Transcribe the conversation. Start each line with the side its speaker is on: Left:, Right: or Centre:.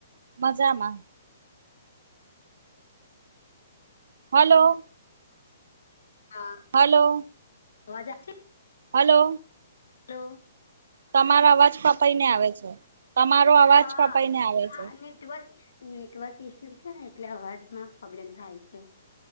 Right: મજામાં.... હલો.
Left: હા.
Right: હલો.
Left: અવાજ આવે છે.
Right: હલો.
Left: હલો.
Right: તમારો અવાજ કપાઈ ને આવે છે. તમારો અવાજ
Left: હા
Right: કપાઈ ને આવે
Left: હા
Right: છે.
Left: નેટવર્ક નેટવર્ક ઈસ્યુ છે ને એટલે અવાજમાં પ્રોબ્લેમ થાય છે.